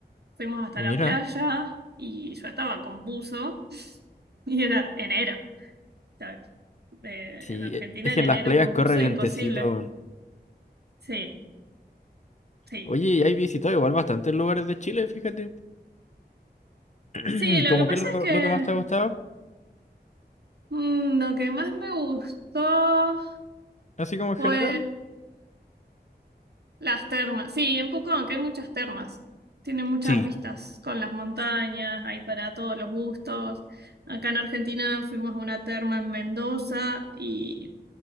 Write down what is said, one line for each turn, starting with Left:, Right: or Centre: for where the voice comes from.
Right: Fuimos hasta
Left: Mira.
Right: la playa y yo estaba con buzo <laughs> y era enero. O sea, de-
Left: Sí,
Right: en Argentina
Left: e- es
Right: en
Left: que en
Right: enero
Left: las playas
Right: con
Left: corre
Right: buzo
Left: vientecito.
Right: es imposible.
Left: weón.
Right: Sí, sí.
Left: Oye, y hay visitado igual bastantes lugares de Chile, fíjate. <clears throat>
Right: Sí, lo
Left: ¿Cómo
Right: que pasa
Left: que es lo,
Right: es que
Left: lo que más te ha gustado?
Right: Mm, Lo que más me gustó
Left: Así como en
Right: fue
Left: general.
Right: las termas. Sí, en Pucón, aunque hay muchas termas. Tiene muchas
Left: Sí,
Right: vistas con las montañas, hay para todos los gustos. Acá en Argentina fuimos a una terma en Mendoza y